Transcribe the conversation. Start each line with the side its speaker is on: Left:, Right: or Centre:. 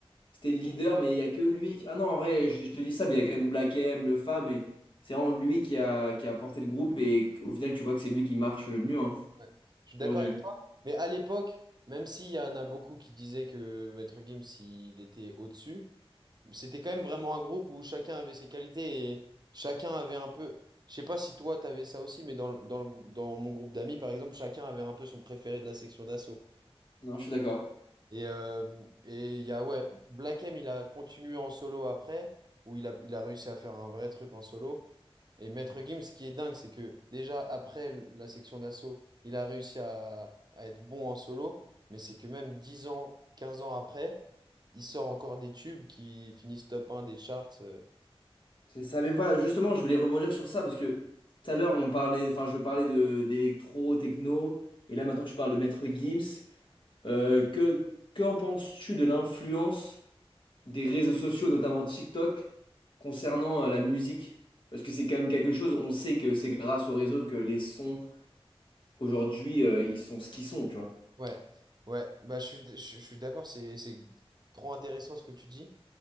Left: C'était le leader, mais il n'y a que lui. qui- Ah non, en vrai, je, je te dis ça, mais il y a quand même Black M, le Fa, mais c'est vraiment lui qui a, qui a porté le groupe. Et au final, tu vois que c'est lui qui marche le mieux hein,
Right: Ouais. Je suis d'accord
Left: aujourd'hui.
Right: avec toi. Mais à l'époque, même s'il y en a beaucoup qui disaient que Maître Gims, il était au-dessus, c'était quand même vraiment un groupe où chacun avait ses qualités et chacun avait un peu. Je sais pas si toi, t'avais ça aussi, mais dans, le- dans le, grou- dans mon groupe d'amis, par exemple, chacun avait un peu son préféré de la section d'assaut.
Left: Non, je suis d'accord.
Right: Et euh, et il y a, ouais, Black M, il a continué en solo après, où il a, il a réussi à faire un vrai truc en solo. Et Maître Gims, ce qui est dingue, c'est que déjà après la section d'assaut, il a réussi à, à être bon en solo, mais c'est que même 10 ans, 15 ans après, il sort encore des tubes qui finissent top un des charts. euh,
Left: C'est ça. Mais voilà, justement, je voulais rebondir sur ça parce que tout à l'heure, on parlait, enfin, je parlais de d'électro, techno. Et là, maintenant, tu parles de Maître Gims. Euh, que, qu'en penses-tu de l'influence? des réseaux sociaux, notamment TikTok, concernant euh, la musique? Parce que c'est quand même quelque chose, on sait que c'est grâce aux réseaux que les sons, aujourd'hui, euh, ils sont ce qu'ils sont, tu vois.
Right: Ouais, ouais, bah, je suis, je, je suis d'accord, c'est, c'est trop intéressant ce que tu dis